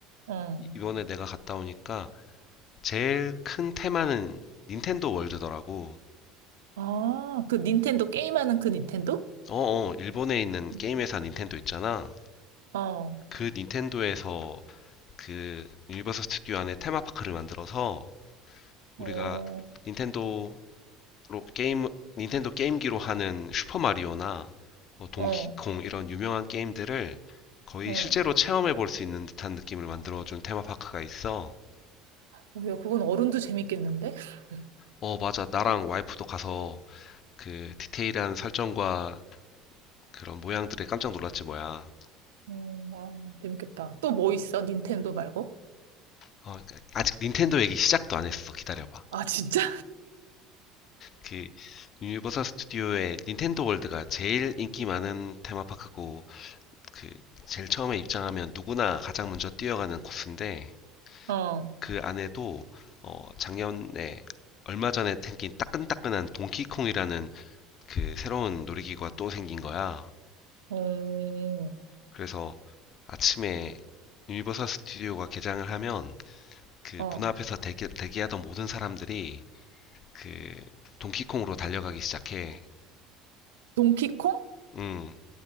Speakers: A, on the right; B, on the left.
A: 어.
B: 이번에 내가 갔다 오니까 제일 큰 테마는 닌텐도 월드더라고.
A: 아, 그 닌텐도 게임하는 그 닌텐도?
B: 어어, 일본에 있는
A: 음.
B: 게임 회사 닌텐도 있잖아.
A: 어,
B: 그 닌텐도에서 그 유니버설 스튜디오 안에 테마파크를 만들어서 우리가
A: 어,
B: 닌텐도 로 게임 닌텐도 게임기로 하는 슈퍼 마리오나 뭐 동키콩
A: 어,
B: 이런 유명한 게임들을 거의
A: 어.
B: 실제로 체험해 볼 수 있는 듯한 느낌을 만들어준 테마파크가 있어.
A: 어, 야, 그건 어른도 재밌겠는데? <laughs>
B: 어, 맞아. 나랑 와이프도 가서 그 디테일한 설정과 그런 모양들에 깜짝 놀랐지 뭐야.
A: 어, 아, 재밌겠다. 또 뭐 있어? 닌텐도 말고?
B: 어, 그러니까 아직 닌텐도 얘기 시작도 안 했어. 기다려봐.
A: 아, 진짜?
B: 그 유니버설 스튜디오의 닌텐도 월드가 제일 인기 많은 테마파크고 그 제일 처음에 입장하면 누구나 가장 먼저 뛰어가는 코스인데
A: <laughs> 어,
B: 그 안에도 어, 작년에 얼마 전에 생긴 따끈따끈한 동키콩이라는 그 새로운 놀이기구가 또 생긴 거야.
A: 어,
B: 그래서 아침에 유니버설 스튜디오가 개장을 하면 그
A: 어.
B: 문 앞에서 대기, 대기하던 모든 사람들이 그 동키콩으로 달려가기 시작해.
A: 동키콩?
B: 응,